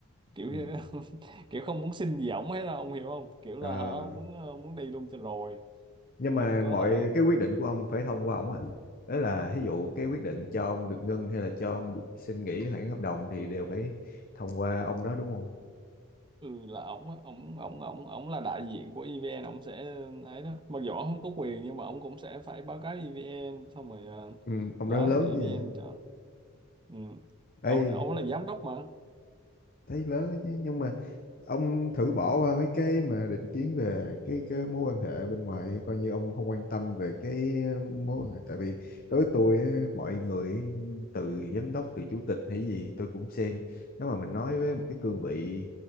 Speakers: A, on the right; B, on the left.
A: kiểu
B: ừ.
A: <laughs> kiểu không muốn xin gì ổng hết đâu ông hiểu không kiểu
B: Ờ,
A: là hả muốn ờ, muốn đi luôn cho rồi
B: nhưng mà
A: không có
B: mọi
A: hả
B: cái quyết định của ông phải thông qua ông à đấy là ví dụ cái quyết định cho ông được ngưng hay là cho ông được xin nghỉ hoãn hợp đồng thì đều phải thông qua ông đó đúng không
A: ừ là ổng á, ổng ổng ổng ổng là đại diện của EVN ổng sẽ ấy đó mặc dù ổng không có quyền nhưng mà ổng cũng sẽ phải báo cáo EVN xong rồi ờ,
B: ừ, ông
A: đó
B: đó lớn
A: EVN
B: gì vậy?
A: cho ừ.
B: Ê,
A: ông ông là giám đốc mà
B: thấy lớn đó chứ nhưng mà ông thử bỏ qua mấy cái mà định kiến về cái cái mối quan hệ bên ngoài coi như ông không quan tâm về cái ờ, mối quan hệ tại vì đối với tôi á, mọi người ấy, từ giám đốc từ chủ tịch hay gì tôi cũng xem nếu mà mình nói với một cái cương vị